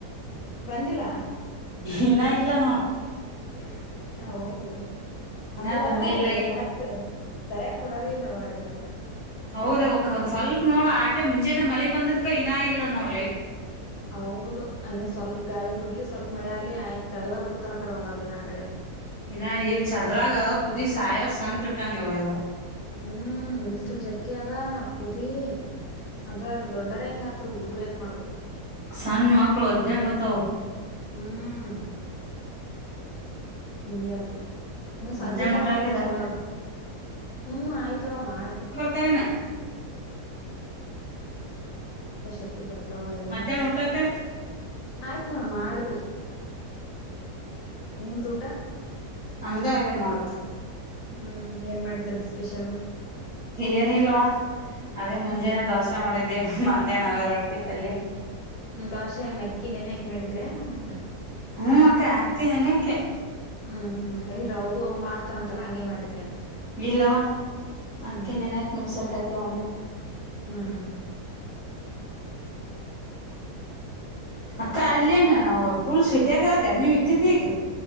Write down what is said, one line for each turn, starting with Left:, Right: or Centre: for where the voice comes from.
Left: ಬಂದಿಲ್ಲ
Right: ಇನ್ನ ಇಲ್ಲ ನೋಡ್
Left: ಹ ಹೌದು
Right: ಇನ್ನ
Left: ಅಂದ್ರ
Right: ಬಂದೇ ಇಲ್ಲ
Left: ಅಲ್ಲ
Right: ಈ
Left: ಕರೆಕ್ಟ್ ಸರಿಯ ಕೊಡದೇ ಇಲ್ಲವ ಹಳ್ಳಿಗೊಳಿಗೆ
Right: ಹೌದ ಅವಕ್ಕ ಒಂದು ಸ್ವಲ್ಪ ನೋಡ ಆಟೆ ಮುಂಜಾನೆ ಮಳಿ ಬಂದದ್ಕ ಇನ್ನ ಇಲ್ಲ ನೋಡ್ ಲೈಟ್
Left: ಹೌದು ಹಂಗಿನ್ ಸ್ವಲ್ಪ ಗಾಳಿ ಬಿಡ್ಲಿ ಸ್ವಲ್ಪ ಮಳೆ ಆಲಿ ಆಯ್ತತ್ ತೆಗದ ಬಿಡ್ತಾರ ಅ ಕಡೆ ಒಂದೊಂದ ದಿನ ಆಕಡೆ
Right: ಇನ್ನು ಈಗ ಚದ್ರಾಗ ಕುದಿ ಸಾಯೋ ಸಂಗಟ್ ಇಟ್ಟಂಗವ ಇವ
Left: ಹ್ಮ್ ಬಿಸಿಲು ಜಗ್ಗಿ ಅದ ಕುದಿ ಅದಾ ದೊಡ್ಡ ಅವ್ರೆ ಹೆಂಗ ಆತವ ಹುಡುಗರು ಹೆಂಗ ಮಾಡ್ಬೇಕು
Right: ಸಣ್ಣ ಮಕ್ಕಳು ಒದ್ದೆಡ್ ಹೋತಾವ
Left: ಹ್ಮ್ ಹಂಗಗೆ ಆತ ಇನ್ನು ಸಂಜಿಕನ
Right: ಮಧ್ಯಾಹ್ನ ಊಟ
Left: ಕೊಟ್ರ
Right: ಆಗ್ಯದ
Left: ಚಲೋ ಅದ ಹ್ಮ್ ಆಯ್ತವ ಮಾಡ್ದೆ
Right: ತೆನನ
Left: ಎಷ್ಟೊತ್ತಿಗೆ ಬರ್ತಾವೋ ಏನೋ
Right: ಮಧ್ಯಾಹ್ನ ಊಟಕ್ಕ
Left: ಆಯ್ತು ನೋಡಿ ಮಾಡಿದ್ವಿ ನಿಮ್ಮದು ಊಟ
Right: ನಮ್ದೇ ಆಗದೆ ನೋಡಕ್ಕೆ
Left: ಹ್ಮ್ ಏನ್ ಮಾಡಿದ್ರ ಸ್ಪೆಷಲ್
Right: ಏನ ಇಲ್ಲವ್ವ ಅದೇ ಮುಂಜಾನೆ
Left: ಹ್ಮ್
Right: ದೋಸೆ ಮಾಡಿದ್ದೇ ಮಧ್ಯಾನ್ದಾಗೆ ರೊಟ್ಟಿ ಪಲ್ಲಿ
Left: ಹ್ಮ ದಾಸಿ ಏನ್ ಅಕ್ಕಿ ನೆನೆ ಯಾಕ್ ಮಾಡಿದ್ರೆ ಹೆಂಗ
Right: ಹ್ಞೂ ಅಕ್ಕ ಅಕ್ಕಿ ನೆನಕ್ಕೆೆ
Left: ಹ್ಮ್ ಹ್ಮ್ <unintelligible> <unintelligible> <inaudible> ಅವ್ ಮಾಡ್ತಾರಂತೆಲ್ಲ ಹಂಗೆ ಮಾಡಿದ
Right: ಇಲ್ಲವಾ
Left: ಹ್ಮ್
Right: ಅಕ್ಕಿ ನೆನ್ಯಕ ಮಿಕ್ಸರ್ ಕ ಹಾಕೀ ನಡ್ಯತ <inaudible>
Left: ಹ್ಮ್
Right: ಅಕ್ಕ
Left: ಮತ್ತೆ
Right: ಅಲ್ಲಿನು ಪುಲ್ಸೀಟಿಯಾಗತ್ತ ನೀವ ಇದ್ದಿದ್ದ ಈಗ